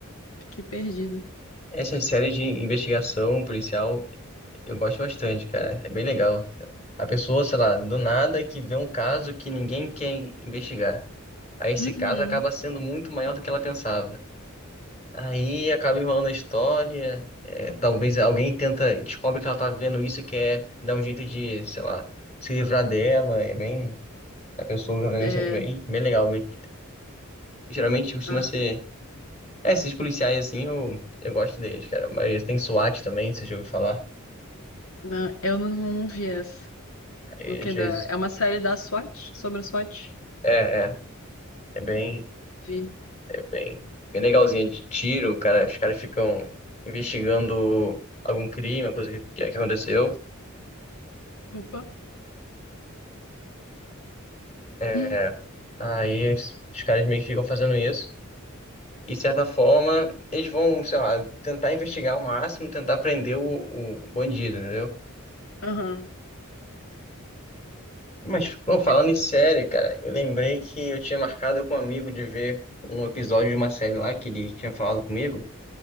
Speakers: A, on the left; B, on the left.
A: fiquei perdida.
B: Essas séries de investigação policial eu gosto bastante, cara. É bem legal. A pessoa, sei lá, do nada que vê um caso que ninguém quer investigar. Aí esse
A: Uhum.
B: caso acaba sendo muito maior do que ela pensava. Aí acaba enrolando a história. é, talvez alguém tenta, descobre que ela tá vendo isso e quer dar um jeito de, sei lá, se livrar dela. É bem. A pessoa né,
A: É,
B: isso é bem, bem legal. bem- Geralmente costuma
A: ah,
B: ser. É, esses policiais assim, eu, eu gosto deles, cara. A maioria tem SWAT também, você já ouviu falar?
A: não, eu não, não vi essa.
B: E
A: Do que
B: às vezes,
A: da. É uma série da SWAT, sobre a SWAT.
B: é, é, é bem,
A: Vi.
B: é bem, bem legalzinho de tiro, cara, os caras ficam investigando algum crime, uma coisa que, que aconteceu.
A: Opa.
B: É,
A: Ih.
B: Aí os os caras meio que ficam fazendo isso. E de certa forma, eles vão, sei lá, tentar investigar ao máximo, tentar prender o, o bandido, entendeu?
A: Aham.
B: Mas, bom, falando
A: É,
B: em série, cara, eu lembrei que eu tinha marcado com um amigo de ver um episódio de uma série lá que ele tinha falado comigo.